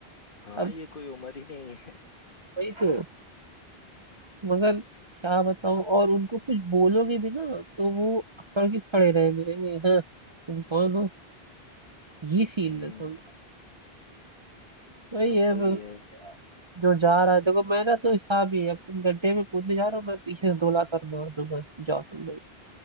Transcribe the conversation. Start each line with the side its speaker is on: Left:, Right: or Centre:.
Left: हाँ
Right: अब
Left: ये कोई उम्र ही नहीं है
Right: वही तो मगर क्या बताऊं और उनको कुछ बोलोगे भी ना तो वो अकड़ के खड़े रहेंगे कहेंगे हाँ तुम कौन हो ये सीन
Left: हम्म
Right: रहता है उनका। वही
Left: अब
Right: है
Left: वही
Right: बस
Left: है
Right: जो जा रहा है देखो मेरा तो हिसाब ही है अब तुम गड्ढे में कूदने जा रहे हो मैं पीछे से दो लात और मार दूंगा जाओ तुम भाई